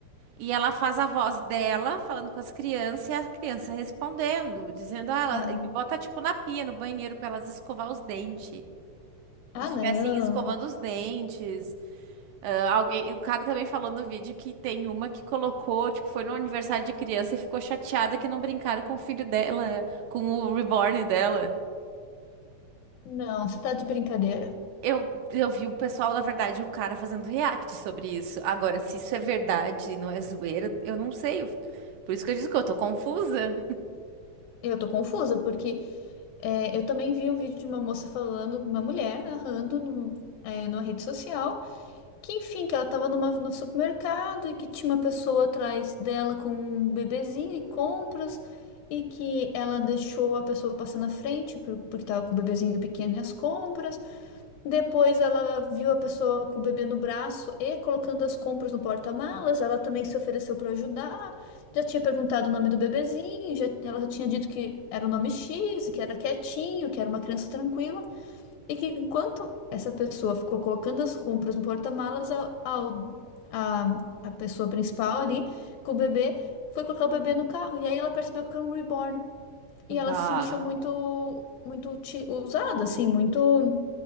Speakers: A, on the right; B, on the left.
A: E ela faz a voz dela falando com as crianças e a criança respondendo, dizendo, ah,
B: Ah,
A: ela... e bota, tipo, na pia, no banheiro, pra elas escovar os dentes. Como
B: ah,
A: se
B: não.
A: estivessem escovando os dentes. Ah, alguém... O cara também falou no vídeo que tem uma que colocou, tipo, foi no aniversário de criança e ficou chateada que não brincaram com o filho dela, com o reborn dela.
B: Não, você tá de brincadeira.
A: Eu, eu vi o pessoal, na verdade, o cara fazendo react sobre isso. Agora, se isso é verdade, não é zoeira, eu não sei. Por isso que eu digo que eu tô confusa.
B: Eu tô confusa, porque é, eu também vi um vídeo de uma moça falando, uma mulher narrando num, é, numa rede social, que enfim, que ela tava numa, no supermercado e que tinha uma pessoa atrás dela com um bebezinho e compras, e que ela deixou a pessoa passar na frente por- porque tava com o bebezinho pequeno e as compras. Depois ela viu a pessoa com o bebê no braço e colocando as compras no porta-malas. Ela também se ofereceu para ajudar. Já tinha perguntado o nome do bebezinho, já, ela já tinha dito que era o nome X, e que era quietinho, que era uma criança tranquila. E que enquanto essa pessoa ficou colocando as compras no porta-malas, a, a, a a pessoa principal ali com o bebê foi colocar o bebê no carro. E aí ela percebeu que era um reborn.
A: Bah.
B: E ela se sentiu muito, muito ti- usada, assim, muito